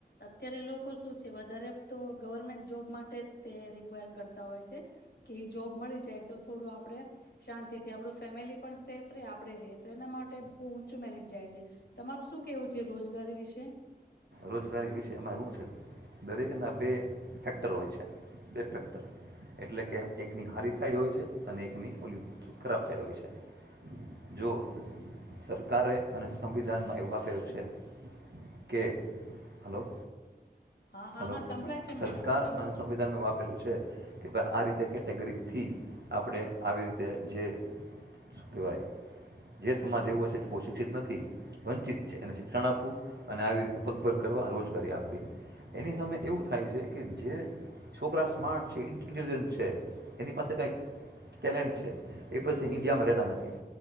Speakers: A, on the left; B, on the right.
A: અત્યારે લોકો શું છે વધારે તો ગવર્મેન્ટ જોબ માટે જ તે રિક્વાયર કરતા હોય છે કે એ જોબ મળી જાય તો થોડું આપણે શાંતિથી આપણું ફેમિલી પણ સેફ રહે આપણે ર રહે તો એના માટે બહુ ઊંચું મેરિટ જાય છે તમારું શું કેહેવું છે? જે રોજગારી વિશે.
B: રોજગારી વિશેમાં એવું છે દરેક ના બે ફેક્ટર હોય છે બે ફેક્ટર એટલે કે એકની હારી સાઈડ હોય છે અને એકની ઓલી ખરાબ સાઈડ હોય છે જો સરકારે અને સંવિધાનમાં એવું આપેલું છે કે હલો.
A: હા હા
B: હલો
A: હા સંભળાય છે
B: સરકાર
A: મને સાંભળું
B: અને સંવિધાન
A: છું
B: નું આપેલું છે. કે ભાઈ આ રીતે કેટેગરી થી આપણે આવી રીતે જે શું કેવાય જે સમાજ એવો છે બો શિક્ષિત નથી વંચિત છે એને શિક્ષણ આપવું અને આવી રીતે પગભર કરવા રોજગારી આપવી એની સામે એવું થાય છે કે જે છોકરા સ્માર્ટ છે ઇન્ટેલિજન્ટ છે એની પાસે કાંઈક ટેલેન્ટ છે એ પછી ઈન્ડિયામાં રહેતા નથી